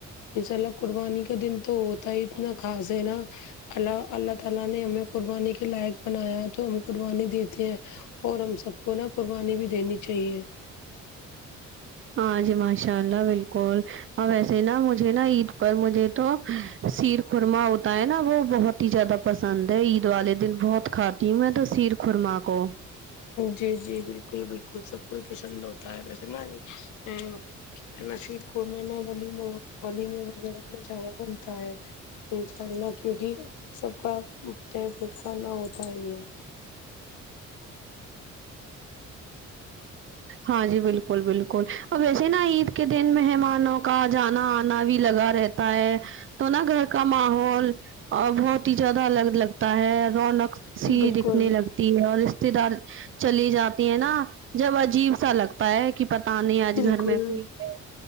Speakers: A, on the left; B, on the right.
A: انشاء اللہ قربانی کا دن تو ہوتا ہی اتنا خاص ہے نا اللہ اللہ تعالی نے ہمیں قربانی کے لائق بنایا ہے تو ہم قربانی دیتے ہیں اور ہم سب کو نا قربانی بھی دینی چاہیے
B: ہاں جی ماشاء اللہ بالکل اور ویسے نا مجھے نا عید پر مجھے توہ شیر خورما ہوتا ہے نا وہ بہت زیادہ پسند ہے عید والے دن بہت کھاتی ہوں میں تو شیر خورما کو
A: جی جی بالکل بالکل سب کوئی پسند ہوتا ہے ویسے نا یہ ناشید کو میں نہ ولیمہ ولیمہ وغیرہ میں جارا بنتا ہے انشاء اللہ کیوںکہ سب کا فیورٹ کھانا ہوتا ہے یہ
B: ہاں جی بالکل بالکل اب ویسے نا عید کے دن مہمان مانوں کا جانا آنا بھی لگا رہتا ہے تو نا گھر کا ماحول بہت ہی زیادہ الگ الگ تا ہے رونق سی
A: بالکل
B: دکھنے لگ ٹی ہے اور رشتے دار چلی جاتی ہیں نا جب عجیب سا لگ پ ہے کہ پتا نہیں آج
A: بالکل
B: گھر میں کوئی ہے